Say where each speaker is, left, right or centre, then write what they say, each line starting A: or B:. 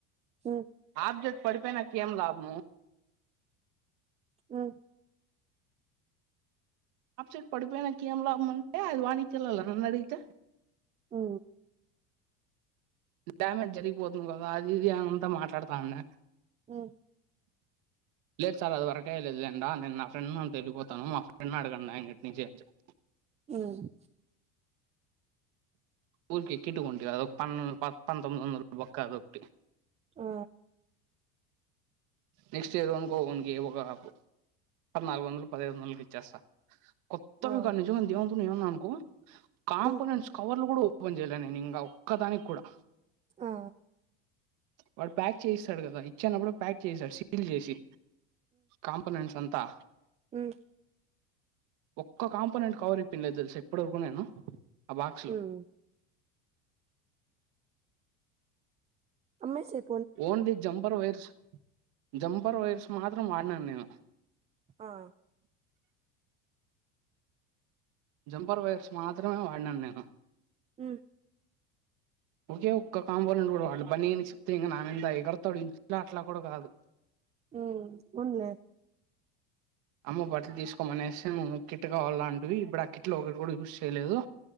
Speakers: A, on the right; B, on the right.
A: ఉమ్
B: ఆబ్జెక్ట్ పడిపేయినా నంకా కేం లాభము
A: ఆ
B: ఆప్సెట్ పడిపోయి నా కే ఏం లాభమంటే అది వాణి చిర్లే నన్ను అడిగితే
A: ఉ
B: డ్యామేజ్ జరిగిపోతుంది కదా అది ఇది ఆమె అంతా మాట్లాడుతాందే
A: ఉమ్
B: లేదు సార్ అది వరకే లేదు లేండ నేను నా ఫెండ్ గాని తో ఏల్లిపో తను మా ఫ్రెండ్ ని అడగండి అన్నింటి నుంచి ఏం చెపు
A: ఉమ్
B: ఊరికే కిట్కోంట అద ఒక పన్న ప పంతొమ్మిది వందలు బొక్క అదోకటి
A: ఆ
B: నెక్స్ట్ ఇయర్ ఎవనుకోగనికి ఒక హాఫ్ పద్నాలుగు వందలు పదఐదు వందలకి ఇచ్చేస్తా కొత్తవి
A: ఆ
B: కా నిజమ దేవంతన్నా నువు ఏం అన్న అనుకో కాంపోనెంట్స్
A: ఉమ్
B: కవర్ లు కూడా ఓపెన్ చేయలే నేను ఇంకా ఒక్కదానికి కూడా
A: ఆ
B: వాడు ప్యాక్ చేయిస్తాడు కదా ఇచ్చనప్పుడు ప్యాక్ చేయిస్తాడు సీల్ చేసి కాంపొనెంట్స్ అంతా
A: ఉ
B: ఒక్క కాంపోనెంట్ కవర్ ఇప్పందిలేదు తెలుసా ఇప్పటి వరకు నేను ఆ బాక్స్లో
A: ఉమ్ అమ్మెసేపు
B: only jumper wires jumper wires మాత్రం వాడినాను నేను
A: ఆ
B: జంపర్ వైర్స్ మాత్రమే వాడినాను నేను
A: ఉ
B: ఒకే ఒక్క కాంపోనంట్ కూడా వాళు బని సప్తతే ఇంకా నా మీద గడతాడి ఇంక ఇట్ల అట్ల కూడా కాదు
A: ఉ ఉన్నా
B: అమ్మ బట్టలు తీసుకోమనేసె నువ్వు కిట్టుకావాల అం అది ఇప్పుడు ఆ కిట్లో ఒకటి కూడా యూజ్ చేయలేదు